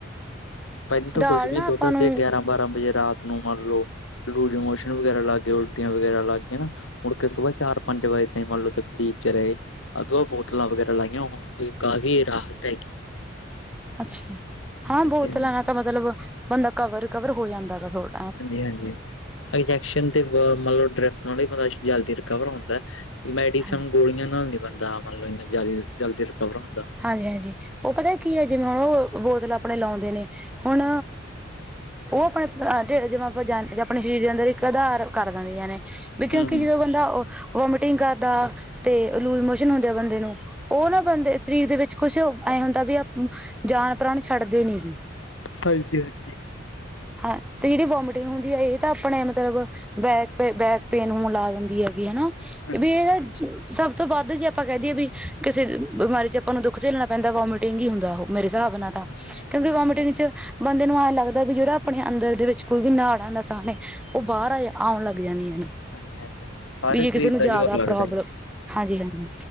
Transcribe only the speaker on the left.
ਤਾਹੀਂ ਤੇ
ਕੁਛ ਵੀ
ਦੋ ਦਸ
ਦੋ ਗਿਆਰਾਂ ਬਾਰਾਂ ਬਜੇ ਰਾਤ ਨੂੰ ਮੰਨ ਲਓ। ਲੂਜ ਮੋਸ਼ਨ ਵਗੈਰਾ ਲੱਗ ਗਏ, ਉਲਟੀਆਂ ਵਗੈਰਾ ਲੱਗ ਗਈਆਂ ਨਾ। ਹੁਣ ਕਈ ਸੁਬਾਹ ਚਾਰ ਪੰਜ ਵਜੇ ਤੋਂ ਹੀ ਮੰਨ ਲਓ ਤਖਲੀਫ ਚ ਰਹੇ। ਅੱਗੇਓ ਬੋਤਲਾਂ ਵਗੈਰਾ ਲਾਈਆਂ ਹੁਣ ਦੀ ਕਾਫ਼ੀ ਰਾਹਤ ਹੈਗੀ।
ਹਾਂਜੀ
ਹਾਂਜੀ
ਹਾਂਜੀ ਹਾਂਜੀ ਇੰਜੈਕਸ਼ਨ ਤੇ ਬਹੁਤ ਮਤਲਬ ਡਰਿਪ ਨਾਲੋ ਵੀ ਬੰਦਾ ਇਸ ਚ ਜਲਦੀ ਰਿਕਵਰ ਹੁੰਦਾ ਐ। ਮੈਡੀਸਨ,
ਗੋਲੀਆਂ ਨਾਲ ਨੀ ਬਨਦਾ ਮਨ ਲਓ ਇਹਨਾ ਜਲ, ਜਲਦੀ ਰਿਕਵਰ ਹੁੰਦਾ।
ਹੂੰ,
ਹਾਂਜੀ ਹਾਂਜੀ।
ਹਾਂਜੀ।
ਹਾਂਜੀ-ਹਾਂਜੀ,
ਹਾਂਜੀ-ਹਾਂਜੀ-ਹਾਂਜੀ, ਸਾਰੇ
ਸਰੀਰ
ਦਾ
ਜ਼ੋਰ ਲੱਗਦਾ
ਜੀ।